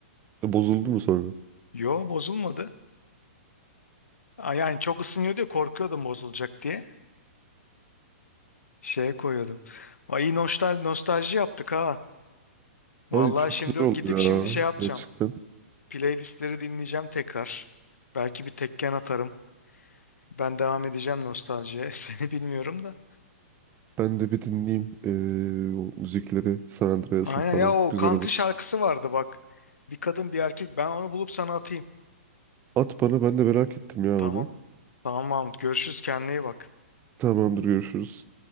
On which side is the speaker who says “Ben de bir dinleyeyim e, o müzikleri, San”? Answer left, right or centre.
Right